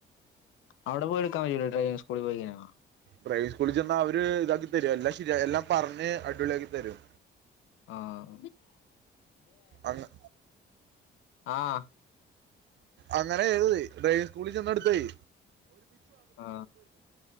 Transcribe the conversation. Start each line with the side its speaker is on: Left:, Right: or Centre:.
Left: അവിടെ പോയാ എടുക്കാൻപറ്റോ ഡ്രൈവിംഗ് സ്കുളിൽ പോയ്‌ കഴിഞ്ഞാൽ
Right: പ്രൈസ് <inaudible> <unintelligible> സ്കൂളിൽ ച്ചെന്നാൽ അവര് ഇതാക്കി തരും എല്ലാം ശരി എല്ലാം പറഞ്ഞ് അടിപൊളിയാക്കി തരും
Left: ആഹ
Right: അങ്ങ-
Left: ആഹ
Right: അങ്ങനെ ചെയ്താതി ഡ്രൈവിങ് സ്കൂളിൽ ചെന്ന് എടുത്താതി
Left: ആ